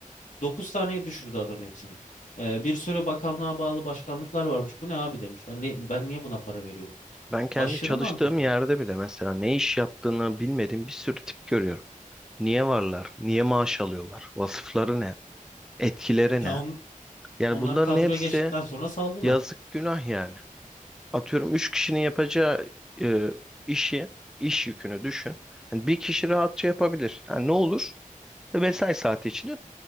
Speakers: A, on the left; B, in the centre.
A: 9 taneye düşürdü adam hepsini. Ee, bir sürü bakanlığa bağlı başkanlıklar varmış. Bu ne abi demiş. Yani ne- ben niye buna para veriyorum?
B: Ben kendi
A: Aşırı
B: çalıştığım
A: mantıklı.
B: yerde bile mesela ne iş yaptığını bilmediğim bir sürü tip görüyorum. Niye varlar? Niye maaş alıyorlar? Vasıfları ne? Etkileri
A: Ya
B: ne?
A: on,
B: Yani
A: onlar
B: bunların
A: kadroya
B: hepsi
A: geçtikten sonra saldılar.
B: yazık günah yani. atıyorum 3 kişinin yapacağı e, işi, iş yükünü düşün. Hani bir kişi rahatça yapabilir. Yani ne olur? Mesai saati içinde